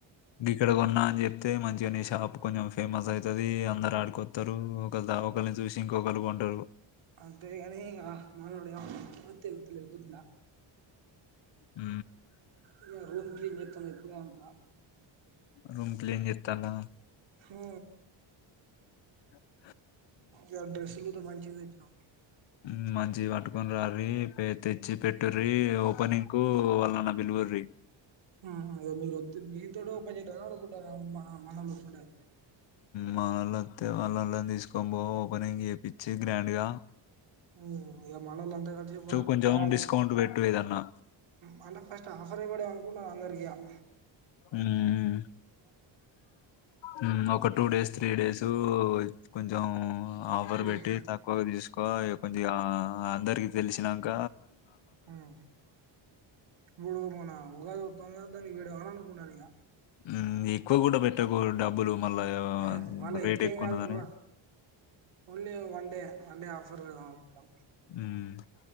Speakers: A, on the left (about 65°); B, on the right (about 70°).
A: గిక్కడ కొన్నా అని చెప్తే మంచిగానే షాప్ కొంచెం ఫేమస్ అయితది అందరు ఆడికొస్తారు ఒకలి ఒకరిని చూసి ఇంకొకరు కొంటారు
B: అంతేగాని ఇగ మనోడు ఏమంటాడో తెలుత్తలేదు కొద్దిలా
A: ఊ
B: ఈయల రూమ్ క్లీన్ చెస్తాంది ఇప్పుడే అంత
A: రూమ్ క్లీన్ చేత్తందా
B: హూ
A: ఆ
B: ఇవల డ్రెస్సులు అంత మంచివి తెచ్చినవు
A: ఊ మంచిగా పట్టుకుని రార్రి పే తెచ్చి పెట్టుర్రి ఓపెనింగ్ కు వాళ్లన పిలువర్రి
B: ఆహా ఇగో మీరు వస్తె మీ తోనే ఓపెన్ చేస్తారా అడుగు ఆ ఆ మన మనోళ్ళతోటే
A: మావాలొస్తే వాళ్ళల్లని తీసుకొని పోయి ఓపెనింగ్ చేపించి గ్రాండ్ గా
B: మ్మ్ ఇగ మల్లాలంతా కలిసి పోవాలే
A: కొంచెం
B: ట్రావెలే
A: డిస్కౌంట్ పెట్టు ఏదన్నా.
B: మల్ల ఫస్ట్ ఆఫర్ ఇవ్వడం అనుకున్న అందరికి ఇగ అ
A: మ్మ్ మ్మ్ మ్మ్ మ్మ్ ఒకట్ టూ డేస్ త్రీ డేసు కొంచెం ఆఫర్
B: హ్మ్
A: పెట్టి తక్కువగా తీసుకో ఎ కొద్దిగా అందరికి తెలిసినాక
B: మ్మ్ మూడు మన ఉగాదోతంది గా దానికి పెడదాం అనుకున్నాను ఇగ
A: మ్మ్ ఎక్కువ కూడా పెట్టకు డబ్బులు మళ్ళా
B: ఎ హ మల్ల
A: రేట్
B: ఎక్కువేం
A: ఎక్కువున్నదని.
B: కాదు ఒక ఓన్లీ వన్ డే అంటే హఫ్ ఆఫర్ పెడదాం అనుకు
A: హ్మ్